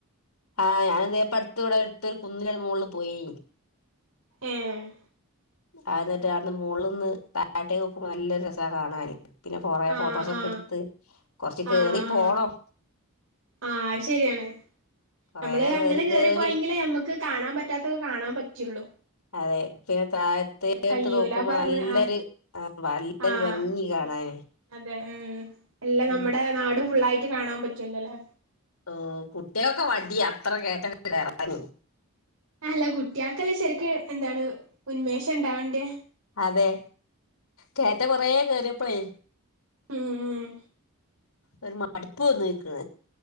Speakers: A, on the left; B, on the right.
A: ആഹ് ഞാന് ഇതേപ്പം അടുത്ത് ഇവിടെടുത്ത് കുന്നിലെ മുകളിൽ പോയി.
B: ഏഹ്
A: ആഹ് എന്നട്ട് മോളിന്ന് താഴട്ടേക്ക് നോക്കുമ്പോം നല്ല രസാ കാണാന്. പിന്നെ കൊറ
B: ആഹ്
A: ഫോട്ടോസൊക്കെ
B: ആഹ്
A: എടുത്ത് കൊറച്ച് കേറി
B: ആഹ് ആഹ്
A: പോണം.
B: ആഹ് അയ്ശരിയാണ്
A: കൊറേ
B: നമ്മള് അങ്ങനെ
A: കേറി
B: കേറിപ്പോയെങ്കിലേ
A: കേറി
B: നമ്മക്ക് ക്ക് കാണാൻ പറ്റാത്തത് കാണാൻ പറ്റുള്ളു.
A: അതെ പിന്നെ താഴത്തേട്ട്
B: കയ്യൂല
A: നോക്കുമ്പോ
B: പറഞ്ഞ്
A: നല്ലൊരു
B: ആഹ്
A: ആ നല്ലൊരു
B: ആഹ്
A: ഭംഗി
B: ഉം
A: കാണാന്
B: അതെ ഉം എല്ല
A: ഉം
B: നമ്മുടെ നാടും ഫുള്ളായിട്ട് കാണാൻ പറ്റോല്ലല്ലേ.
A: ഉം കുട്ടിക്കെ മടിയാ അത്ര കേറ്റക്കെ കേറാൻ.
B: അല്ല കുട്ട്യൾക്കല്ലേ ശരിക്ക് എന്താണ് ഉൻമേഷം ഉണ്ടാവണ്ടേ.
A: അതെ കേറ്റം കൊറേ കേറിയപ്പളേ.
B: ഉം ഉം.
A: ഒരു മടുപ്പ് വന്ന് ഇൻക്ക്,